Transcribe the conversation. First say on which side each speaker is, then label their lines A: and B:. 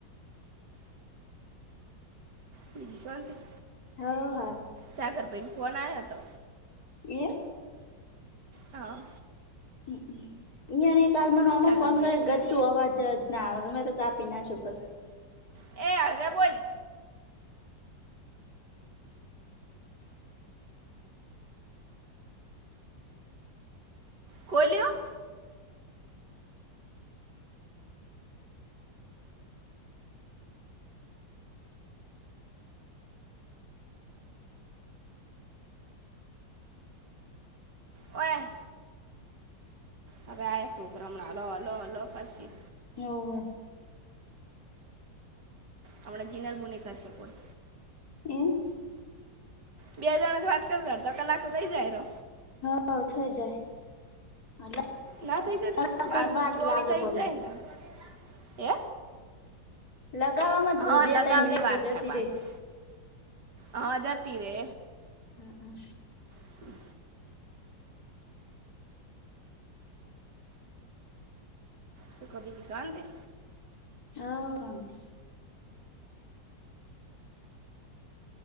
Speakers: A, on the right (about 65°); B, on the left (about 50°).
A: બીજું શાંતી?
B: હોવ હારું.
A: સાગરભાઈનો ફોન આયો તો.
B: એમ.
A: હા.
B: હમ્મ-હમ્મ. ઈંયારે કાલ મને હામો
A: સાગરભાઈ
B: ફોન કયરો ગતું અવાજ જ ના આવે, મે તો કાપી નાખ્યો પસ
A: એ હળવે બોલ ખોલી્યો? ઓય. હવે આયા સોકરા હમણાં લ-લ-લ કરશે.
B: હોવે
A: હમણા જિનલ મુની કરશે ફોન.
B: એમ.
A: બે જણા જ વાત કરતા, અડધો કલાક તો થઈ જાયરો.
B: હ થઈ જાય <inaudible>
A: ના થઈ જ ત
B: લગાવતા
A: બાર
B: જ
A: દે
B: વાર
A: ચોવી
B: લાગે
A: થઇ
B: પરી
A: જ જાય ને ત હે?
B: લગાવવામાં
A: હા
B: બે
A: લગાવતી
B: ત્રણ મિનિટ
A: વાર
B: તો જતી
A: થ પાસે
B: રે
A: હા જાતી રે
B: હા હ
A: હ સુખ બીજી શાંતે?
B: હ કંત